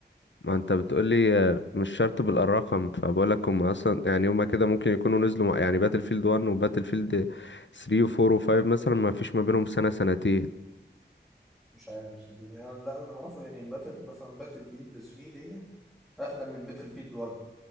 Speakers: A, on the left; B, in the centre.
A: ما انت بتقولي آه، مش شرط بالارقام فبقولك هم اصلا يعني هما كده ممكن يكونوا نزلوا مع- يعني باتل فيلد 1 وباتل فيلد 3 و4 و5 مثلا ما فيش ما بينهم سنة سنتين
B: مش عارف صدقني انا لا اللي اعرفه يعني باتل مثلا باتل فيلد 3 دي اقدم من باتل فيلد 1